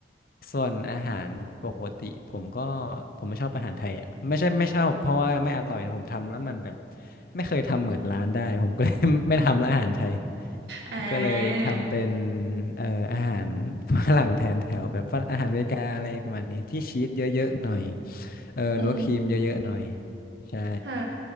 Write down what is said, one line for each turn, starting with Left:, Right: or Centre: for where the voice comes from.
Left: ส่วนอาหารปกติผมก็ผมไม่ชอบอาหารไทยอ่ะไม่ใช่ไม่ชอบเพราะว่าไม่อร่อยนะผมทำแล้วมันแบบไม่เคยทำเหมือนร้านได้ผมก็เลย <laughs> ไม่ทำแล้วอาหารไทย
Right: อ่า
Left: ก็เลยทำเป็นเอ่ออาหารฝรั่งแทนแถวแบบฝรั่งอาหารอเมริกาอะไรประมาณนี้ที่ชีสเยอะๆหน่อยเออหรือว่าครีมเยอะๆหน่อย
Right: อ๋อ
Left: ใช่
Right: ค่ะ